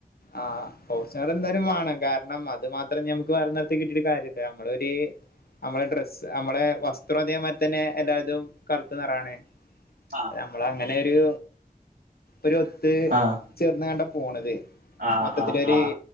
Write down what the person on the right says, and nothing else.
ആഹ്
ആഹ്
ആഹ്
ആഹ് ആഹ്